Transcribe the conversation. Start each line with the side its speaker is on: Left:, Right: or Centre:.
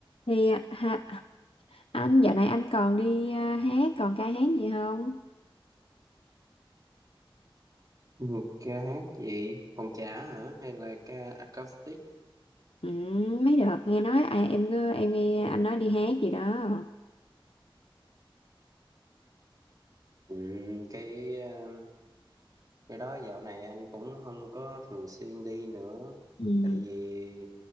Left: Thì à, ha, anh dạo này anh còn đi à, hát còn ca hát gì không?
Right: Một ca hát gì? Phòng trà hả? Hay là ca acoustic?
Left: Ừ, mấy đợt nghe nói à, em nghe- em nghe anh nói đi hát gì đó.
Right: Ừ, cái ờ, cái đó dạo này anh cũng không có thường xuyên đi nữa.
Left: Ừ.
Right: Tại vì